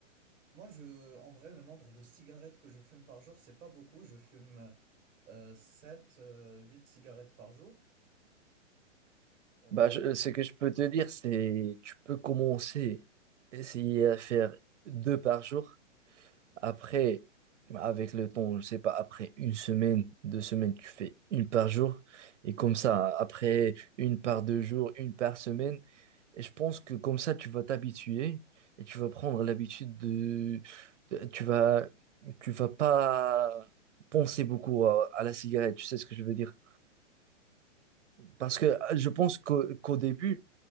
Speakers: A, on the right; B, on the right.
A: Moi, je, en vrai, le nombre de cigarettes que je fume par jour, c'est pas beaucoup. Je fume euh, 7, 8 cigarettes par jour. Ouais,
B: Bah, je-
A: et
B: ce que je peux te dire, c'est tu peux commencer, essayer à faire deux par jour Après, avec le temps, je sais pas, après une semaine, deux semaines, tu fais une par jour. Et comme ça, après une par deux jours, une par semaine. Et je pense que comme ça, tu vas t'habituer et tu vas prendre l'habitude de, de- Tu vas, tu vas pas penser beaucoup à, à la cigarette, tu sais ce que je veux dire. Parce que euh, je pense qu'au qu'au début,